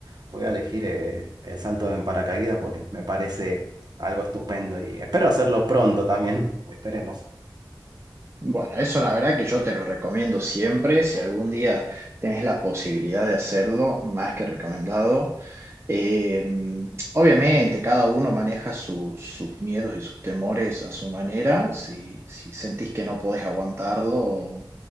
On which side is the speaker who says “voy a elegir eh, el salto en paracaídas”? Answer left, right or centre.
Right